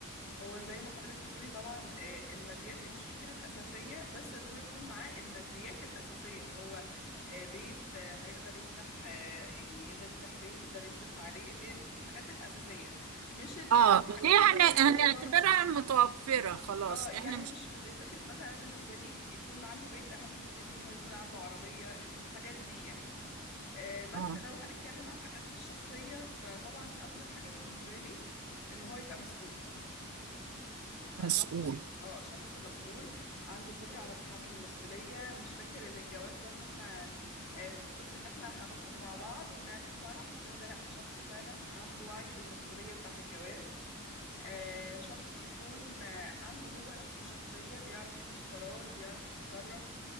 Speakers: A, on the left (about 75°); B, on the right (about 80°).
A: هو زي ما حضرتك بتقولي طبعا آه، الماديات إيه، مش فكرة أساسية بس إن هو يكون معاه الماديات الأساسية اللي هو آه، بيت آه، هيقدر يفتح آه، يعني يقدر يفتح بيت يقدر يصرف عليه اللي هي الحاجات الأساسية مش ال-
B: آه
A: الحاجات
B: دي
A: اللي
B: هن...
A: هي الأوفر
B: هنعتبرها متوفرة خلاص
A: اه يعني
B: إحنا مش
A: مش مش فكرة مثلا أنا بالنسبة لي يكون عنده بيت أهم بكتير من إن هو يكون عنده عربية الحاجات دي يعني آه، بس
B: آه
A: لو هنتكلم عن حاجات في الشخصية فطبعا أول حاجة بالنسبة لي إن هو يبقى مسؤول يبقى
B: مسؤول
A: شخص اه شخص مسؤول عنده قدرة على تحمل المسؤولية مش فاكر ان الجواز ده ان احنا آه، المفروض بس ان احنا هنخرج مع بعض ونعمل فرح والجو ده لا شخص فعلا عنده وعي بالمسؤولية بتاعة الجواز آه، شخص يكون آه، عنده هو نفسه شخصية بيعرف ياخد قرار بيعرف يتصرف